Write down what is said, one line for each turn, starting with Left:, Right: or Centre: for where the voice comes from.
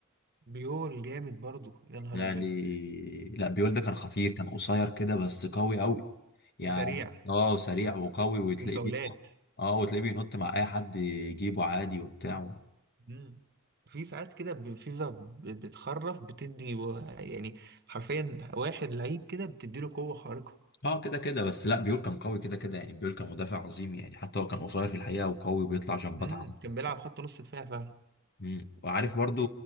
Right: بيول جامد برضو يا نهار
Left: طلع
Right: ابيض
Left: لي لا بيول ده كان خطير كان قصير كده بس قوي قوي يعني
Right: وسريع
Left: اه سريع وقوي وتلاقيه
Right: والفاولات
Left: بينط اه وتلاقيه بينط مع اي حد يجيبه عادي وبتاع
Right: مم. في ساعات كده ب- فيفا ب- بتخرف بتدي و- يعني حرفيا واحد لعيب كده بتديله قوة خارقة
Left: اه كده كده بس لا بيول كان قوي كده كده يعني بيول كان مدافع عظيم يعني حتى هو كان قصير في الحقيقة وقوي وبيطلع جنبات
Right: امم
Left: عنه
Right: كان بيلعب خط نص دفاع فعلا
Left: مم. وعارف برضو